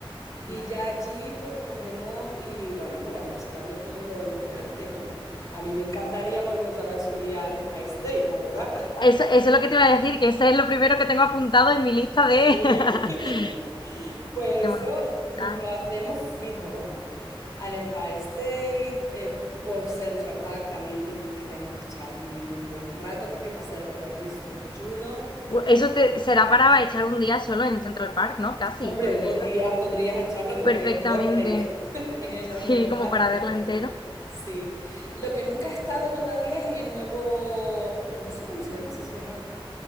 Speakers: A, on the left (about 35°); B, on the left (about 55°).
A: y
B: Vale.
A: ya allí pues cogemos y bueno, pues vamos visitando todo lo emocionante, ¿no? A mí me encantaría volver otra vez a subir al Empire State, la verdad.
B: Eso, eso es lo que te iba a decir, que ese es lo primero que tengo apuntado en mi lista
A: Sí,
B: de, <laughs>
A: <laughs> pues
B: de monumentos
A: eso
B: que visitar.
A: mm, lo hacemos fijo, vamos. Al Empire State, eh, por Central Park también tienes que, tenemos que echar allí un buen rato porque pasear por allí es súper chulo.
B: Bu- Eso te, será para echar un día solo en Central Park, ¿no? Casi,
A: Hombre,
B: porque
A: podrías, podrías echarlo porque
B: perfectamente.
A: es enorme, <laughs> es enorme
B: Sí,
A: el
B: como
A: parque.
B: para verlo entero.
A: así que- sí. Lo que nunca he estado todavía es en el nuevo, no sé cómo se llama, si se llama,